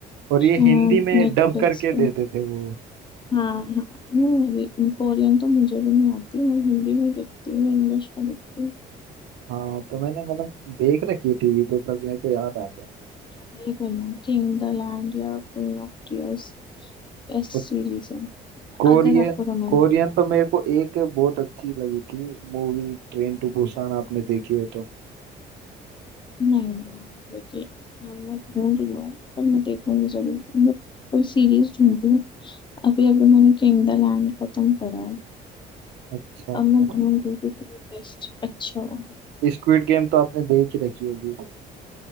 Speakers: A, on the right; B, on the left.
A: और ये
B: नेटफ्लिक्स
A: हिंदी में डब करके
B: पे
A: देते थे वो
B: हाँ हाँ नहीं कोरियन तो मुझे भी नहीं आती मैं हिंदी में ही देखती हूँ इंग्लिश में देखती हूँ
A: हाँ तो मैंने मतलब देख रखी है टीवी पे सब ऐसे याद आ गया
B: ट्राई करना किंग द लैंड या Queen of Tears best series
A: और
B: है
A: कोरियन
B: अगर आपको रोमांटिक
A: कोरियन तो मेरे को एक बहुत अच्छी लगी थी मूवी ट्रेन टू बुसान आपने देखी हो तो
B: नहीं नहीं नहीं देखिए हाँ, मैं ढूंढ रही हूँ पर मैं देखूंगी जरूर मतलब कोई सीरीज ढूंढ रही हूँ अभी अभी मैंने किंग द लैंड खत्म करा है
A: अच्छा
B: अब
A: मतलब
B: मैं ढूंढ रही हूँ कि कोई बेस्ट अच्छा हो
A: स्क्विड गेम तो आपने देख ही रखी होगी